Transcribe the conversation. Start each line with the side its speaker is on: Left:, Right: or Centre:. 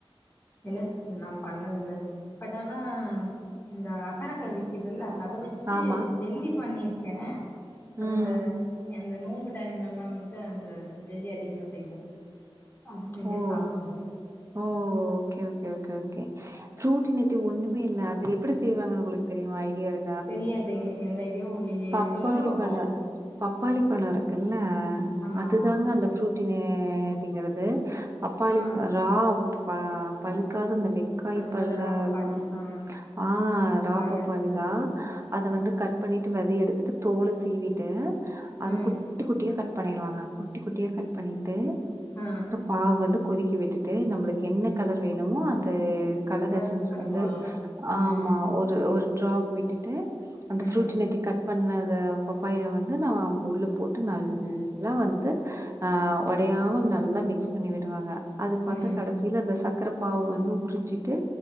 Left: இல்ல சிஸ்டர் நா பண்ணதில்ல பட் ஆனா இந்த அஹர் அஹர் விக்குதுல்ல அத வெச்சு
Right: ஆமா.
Left: ஜெல்லி பண்ணிருக்கே அது
Right: ம்.
Left: இந்த இந்த நோம்பு டைம்லெல்லா வந்துட்டு அந்த ஜெல்லி அதிகமா செய்வோ அது செஞ்சு
Right: ஓ!
Left: சாப்டுவோ
Right: ஓ ஓகே ஓகே ஓகே ஓகே ஃப்ரூட்டி நெட்டி ஒன்னுமே இல்ல அது எப்பிடி செய்வாங்கன் உங்களுக் தெரியுமா ஐடியா இருக்
Left: தெரியாதே எந்த ஐடியாவு இல்லையே
Right: பப்பாளி
Left: சொல்லுங்க பாப்போ
Right: பழம் பப்பாளி பழொருக்குல்ல
Left: ஆமா
Right: அதுதாங்க அந்த ஃப்ரூட்டினேட்டிங்கிறது பப்பாளி
Left: ஆ
Right: பழ ரா ப பழுக்காத அந்த பிக் காய்பல்
Left: அதுக்கு அது ராபப்பாளி
Right: இருக்கு
Left: ஆ
Right: ஆ ரா
Left: காயா
Right: பப்பாளி
Left: இருக்கிறது
Right: தா அத வந்து கட் பண்ணிட்டு வெத எடுத்துட்டு தோல சீவிட்டு அத
Left: ம்
Right: குட் குட்டி குட்டியா கட் பண்ணிருவாங்க குட்டி குட்டியா கட் பண்ணிட்டு
Left: ஆ
Right: பாவ் வந்து கொதிக்க விட்டுட்டு நம்மளுக்கு என்ன கலர் வேணுமோ தூ கலர் எசன்ஸ்
Left: யூஸ் பண்ணிக்குவாங்க
Right: வந்து ஆமா
Left: ம்
Right: ஒரு ஒரு டிராப் விட்டுட்டு அந்த
Left: ம்
Right: ஃரூட்டி நெட்டி கட் பண்ணத பப்பாய வந்து நா உள்ள போட்டு நல்லா வந்து ஆ ஒடையாம நல்லா மிக் மிக்ஸ் பண்ணி விடுவாங்க அது பாத்தா
Left: ம்
Right: கடேசில அந்த சக்கர பாவ வந்து உறிஞ்சிட்டு